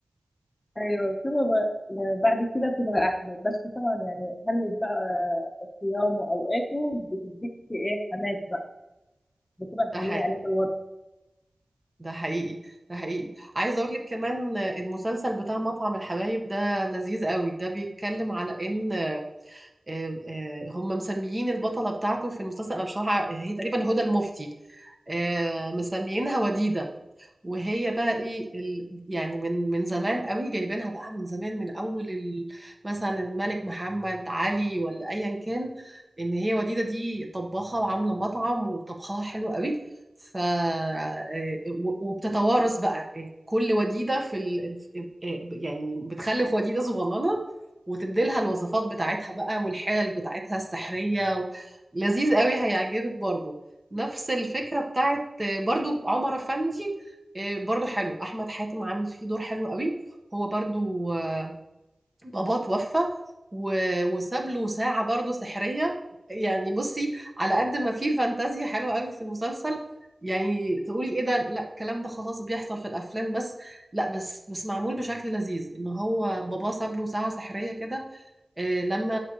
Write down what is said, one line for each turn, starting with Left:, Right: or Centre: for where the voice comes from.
Left: ايوه بتبقى ب- يعني بعد كده بتبقى احلى بس طبعا يعني خلت بقى صيامه واوقاته بتديك ايه حماس بقى بتبقى محليه
Right: ده حقيقي
Left: عليك الوضع
Right: ده حقيقي ده حقيقي عايزة اقول لك كمان المسلسل بتاع مطعم الحبايب ده لذيذ قوي ده بيتكلم على ان آه، آه، هم مسميين البطلة بتاعته في المسلسل أنا بصراحة هي تقريبا هدى المفتي آه، مسميينها وديدة وهي بقى ايه ال... يعني من من زمان قوي جايبينها بقى من زمان من اول ال... مثلا الملك محمد علي ولا ايا كان ان هي وديده دي طباخه وعامله مطعم وطبخها حلو قوي ف آه، و- وبتتوارث بقى آه، كل وديده في ال... يعني بتخلف وديده صغننه وتديلها الوصفات بتاعتها بقى والحيل بتاعتها السحريه و... لذيذ قوي هيعجبك برضو نفس الفكره بتاعت برضو عمر افندي آه، برضو حلو احمد حاتم عامل فيه دور حلو قوي هو برضو آه، باباه توفى و- وساب له ساعة برضو سحرية يعني بصي على قد ما في فانتازيا حلوة قوي في المسلسل يعني تقولي ايه ده لا الكلام ده خلاص بيحصل في الافلام بس لا بس بس معمول بشكل لذيذ ان هو باباه ساب له ساعة سحرية كده آه، لما